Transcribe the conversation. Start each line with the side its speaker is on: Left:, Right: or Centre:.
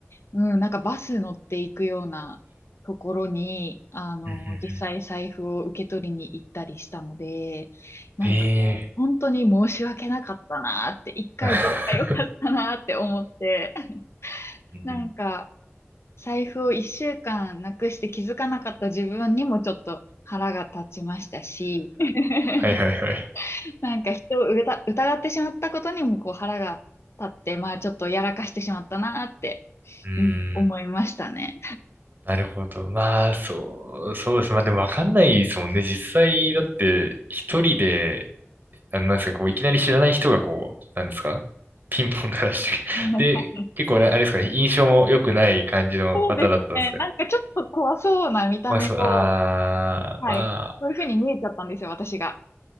Left: うん、なんかバス乗っていくようなところに、あの、
Right: うんうんうん
Left: 実際財布を受け取りに行ったりしたので、なんかもう本当に申し訳なかったなって、
Right: ええ
Left: 一回出ればよかったなって思って、
Right: <laughs> うんうん
Left: なんか財布を一週間なくして気づかなかった自分にもちょっと腹が立ちましたし、<laughs>
Right: はいはいはい。
Left: なんか人を疑疑ってしまったことにもこう腹が立って、まあちょっとやらかしてしまったなーって、
Right: うーん、
Left: うん、思いましたね。
Right: なるほど。まあ、そう、そうです。まあでもわかんないですもんね。実際、だって、一人で、あの、なんですか、こう、いきなり知らない人がこう、なんですか、ピンポン鳴らし
Left: <laughs>
Right: て、<laughs> で、結構ね、あれですかね、印象も良くない感じの方だったんですか。
Left: そうですね。なんかちょっと怖そうな見た目を、
Right: まあ、そう、ああ、
Left: はい。
Right: まあ、
Left: そういうふうに見えちゃったんですよ、私が。